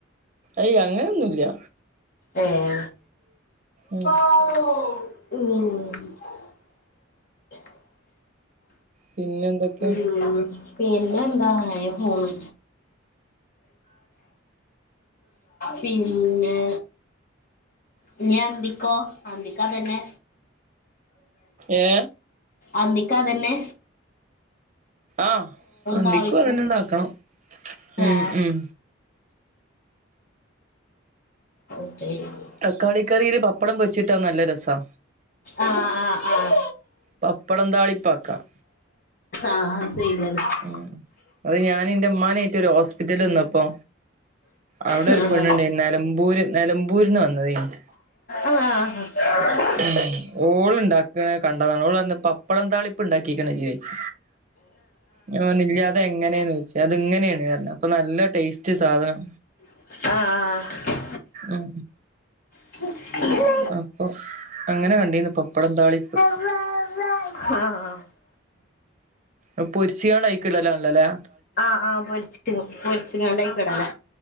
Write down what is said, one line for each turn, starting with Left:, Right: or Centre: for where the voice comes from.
Right: അയ്അങ്ങനൊന്നുല്ല.
Left: ഏ
Right: ഉം
Left: ഉ <unintelligible> <unintelligible>
Right: പിന്നെ എന്തൊക്കെ
Left: ഉം പിന്നെന്താ? അങ്ങനപോണ് പിന്നെ പിന്നെ അന്തിക്കോ അന്തിക്കാതെന്നെ?
Right: ഏ
Left: അന്തിക്കത്തന്നെ
Right: ആഹ് അന്തിക്കും
Left: താളിപ്പും
Right: അതന്നെണ്ട് ആക്കണം
Left: ആ
Right: ഉം ഉം
Left: അഓതെ <unintelligible>
Right: തക്കാളിക്കറിയില് പപ്പടം പൊരിച്ചിട്ടാ നല്ല രസാ.
Left: ആഹ് ആഹ് ആഹ്
Right: പപ്പടം താളിപ്പാക്കാം.
Left: ആഹ ശരി <unintelligible>
Right: ഉം അത് ഞാന് ഇന്റെമ്മാനെറ്റ് ഒരു ഹോസ്പിറ്റല് നിന്നപ്പൊ അവിടെ
Left: ആ
Right: ഒരു പെണ്ണണ്ടേനി നിലമ്പൂര് നിലമ്പൂര്ന്ന് വന്നതേനി.
Left: ആഹ് ആഹ്
Right: ഉം ഓള് ഇണ്ടാക്ക കണ്ടതാണ് ഓൾ പപ്പടം താളിപ്പ് ഉണ്ടാക്കിക്കണ ഇജ്ജ് ചോയിച്ച് ഞാൻ പറഞ് ഇല്ല അതെങ്ങനെ ചോയിച്ച് അത് ഇങ്ങനെണ്പറഞ്ഞ അ അപ്പൊ നല്ല ടേസ്റ്റ് സാധനം.
Left: ആഹ്
Right: ഉം
Left: <unintelligible>
Right: അപ്പൊ അങ്ങനെ കണ്ടിന്ന് പപ്പടം താളിപ്പ്
Left: ആഹ
Right: ഉ പൊരിശികാണ്യിക്കുള്ളല്ലാ ആല്ലല്ലേ
Left: ആ ആ പൊരിച്ച്ങ്ങാണ്ടയിക്കടല്ലേ?